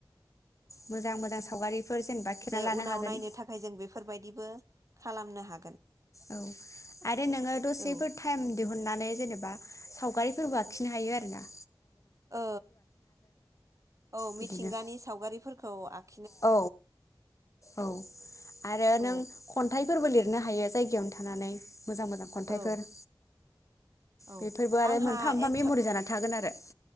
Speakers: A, on the left; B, on the right.
A: मोजां मोजां सावगारिफोर जेनेबा खेबना
B: जे
A: लानो
B: उनाव
A: हागोन
B: नायनो थाखाय जों बेफोरबायदिबो खालामनो हागोन
A: औ आरो नोङो दसेफोर
B: औ
A: टाइम दिहुन माने जेनेबा सावगारिफोरबो आखिनो हायो आरो ना
B: औ औ
A: बिदिनो
B: मिथिंगानि सावगारिफोरखौ आखि
A: औ औ आरो नों
B: औ
A: खन्थाइफोरबो लिरनो हायो जाय जायगायावनो थानानै मोजां मोजां खन्थाइफोर
B: औ औ
A: बेफोरबो आरो
B: आंहा
A: मोनफा मोनफा
B: एथ'
A: मेम'रि जानानानै थागोन आरो